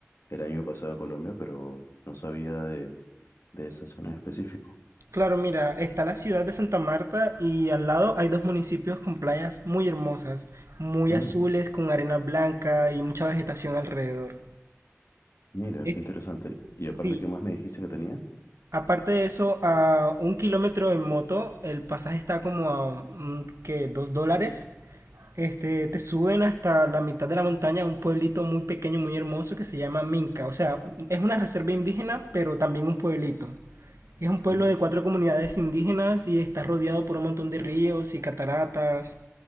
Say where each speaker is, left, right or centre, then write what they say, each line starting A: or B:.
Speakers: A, on the left (about 70°); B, on the right (about 75°).
A: el año pasado a Colombia, pero no sabía de, de esa zona en específico.
B: claro, mira, está la ciudad de Santa Marta y al lado hay dos municipios con playas muy hermosas, muy
A: Ah,
B: azules, con arena blanca y mucha vegetación alrededor.
A: mira,
B: Es-
A: qué interesante. Y
B: sí,
A: aparte, ¿qué más me dijiste que tenía?
B: aparte de eso, a un kilómetro en moto, el pasaje está como a, que Dos dólares. Este, te suben hasta la mitad de la montaña a un pueblito muy pequeño, muy hermoso que se llama Minca. O sea, es una reserva indígena, pero también un pueblito. Es un pueblo
A: Mm,
B: de cuatro comunidades indígenas y está rodeado por un montón de ríos y cataratas